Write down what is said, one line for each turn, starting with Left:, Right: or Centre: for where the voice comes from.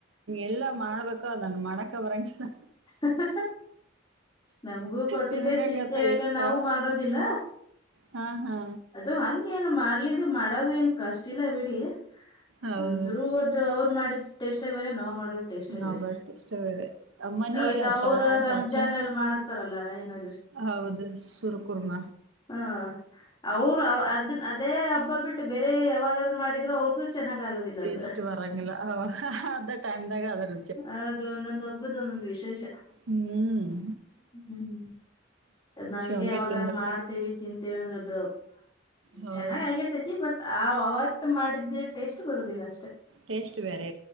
Right: ಎಲ್ಲಾ ಮಾಡ್ಬೇಕಾದ ನಾನು ಮಾಡಕ ಬರಂಗಿಲ್ಲ
Left: ಹ ನಮಗೂ ಕೊಟ್ಟಿದ್ದೆ
Right: ತಿನ್ಬೇಕತ್ತ
Left: ತಿಂತೇಬೇಕ
Right: ಇಷ್ಟ
Left: ನಾವವು ಮಾಡೋದಿಲ್ಲ
Right: ಹಾ ಹಾ
Left: ಅದು ಹಗೆ ಏನು ಮಾಡ್ಲಿದು ಮಾಡೋದು ಏನ್ ಕಷ್ಟ ಇಿಲ್ಲ ಬಿಡಿ ಅಂದ್ರರು
Right: ಹೌದು
Left: ಒದ ಅವ್ರು ಮಾಡಿದ ಟೇಷ್ಟ ಬೇರೆ ನಾವ್ ಮಾಡ ಟೇಸ್ೇ
Right: ನಾವ್
Left: ಬೇರೆ
Right: ಬರ್ತ ಇಷ್ಟ ಬೇರೆ ಮನಿ
Left: ಈಗ
Right: ಇಲ್ಲ ಚ
Left: ಅವರು ರಂಜಾಾನ
Right: ಸಾಚ
Left: ಎಲ್ಲಿ ಮಾಡ್ತಾರಲ್ಲ ಏನ
Right: ಹೌದು ಸುರ್ ಕುರ್ಮ
Left: ಹ ಅವ್ರು ಅದ ಅದೇ ಹಬ್ಬ ಬಿಟ್ಟು ಬೇರೆ ಯಾವಾಗಾದ್ರು ಮಾಡಿದ್ರು ಅವ್ರ್ದು ಚೆನ್ನಾಗ್ ಆಗೋದಿಲ್ಲ
Right: ಟೇಸ್ಟ್
Left: ಅದು
Right: ಬರಂಗಿಲ್ಲ ಅವ ಅ ಟೈಮ್ ದಾಗ ಅದರ್
Left: ಅದು ಒಂದೊಂದ ಹಬ್ಬದ ಒಂದೊಂದು ವಿಶೇಷ
Right: ಹ್ಮ್
Left: ಹ್ಮ್ ಹ ನಾವ್
Right: ಶೇವಂಗೆ
Left: ಹಿಂಗ ಯಾವಾಗಾರ
Right: ತಿಂದ್ರ
Left: ಮಾಡ್ತೇವಿ ತಿಂತೇವಿ ಅಂದ್ರ ಅದು
Right: ಹೌದು
Left: ಚೆನ್ನಾಗ್ ಆಗಿರ್ತೈತಿ ಬಟ್ಾಗ ಹತ್ ಮಾಡಿದ ಟೇಸ್ಟ್ ಬರುದಿಲ್ಲ ಅಷ್ಟೇ
Right: ಟೇಸ್ಟ್್ ಬರೆ